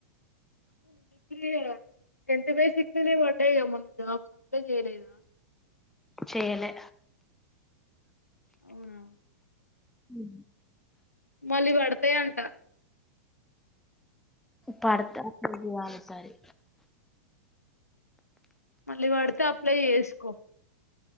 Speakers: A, on the left; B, in the centre.
A: అవును డిగ్రీ టెన్త్ బేసిక్ నినే పడ్డాయి క మొన్న జాబ్స్ అప్లై చేయలేదా
B: చేయలే
A: అవునా
B: హు
A: మళ్లీ పడతాయి అంట
B: పడితే అప్లై చేయాలి ఇసారి
A: మళ్ళీ పడితే అప్లై చేసుకో